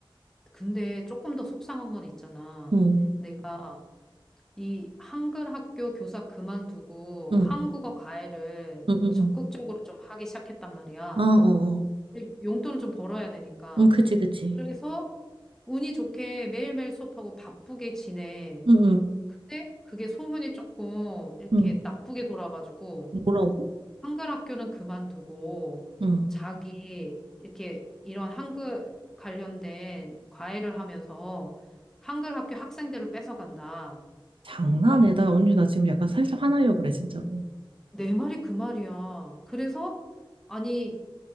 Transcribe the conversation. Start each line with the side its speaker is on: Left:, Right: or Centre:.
Centre: 근데 조금 더 속상한 건 있잖아.
Right: 응,
Centre: 응, 내가 이 한글 학교 교사 그만두고
Right: 응,
Centre: 한국어 과외를
Right: 응, 응,
Centre: 적극적으로
Right: 응.
Centre: 좀 하기 시작했단 말이야.
Right: 아, 어, 어.
Centre: 근데 용돈을 좀 벌어야 되니까.
Right: 응, 그치, 그치.
Centre: 그래서 운이 좋게 매일매일 수업하고 바쁘게 지내.
Right: 응, 응,
Centre: 근데 그게 소문이 조금 이렇게
Right: 응.
Centre: 나쁘게 돌아가지고
Right: 뭐라고?
Centre: 한글 학교는 그만두고
Right: 응.
Centre: 자기 이렇게 이런 한글 관련된 과외를 하면서 한글 학교 학생들을 뺏어간다.
Right: 장난해.
Centre: 어?
Right: 나 언니, 나 지금 약간 살짝 화나려고 그래, 진짜로.
Centre: 내 말이 그 말이야. 그래서, 아니,